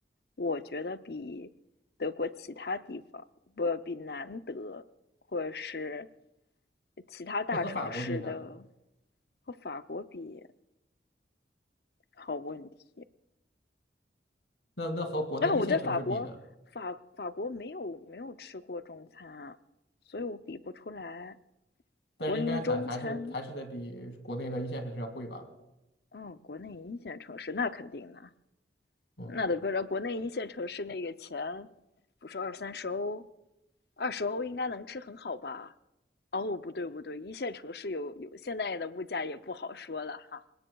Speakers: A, on the left; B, on the left.
A: 我觉得比德国其他地方，不，比南德或者是其他大城市的
B: 那和法国比呢？
A: 和法国比，好问题。
B: 那那和国内一线城市比呢？
A: 啊，我在法国，法法国没有没有吃过中餐啊，所以我比不出来。
B: 但是应该还还是还是得比国内的一线城市要贵吧？
A: 柏林的中餐，嗯，国内一线城市那肯定的。
B: 嗯，
A: 那得搁着国内一线城市那个钱，不说二三十欧，二十欧应该能吃很好吧？哦，不对不对，一线城市有有现在的物价也不好说了哈。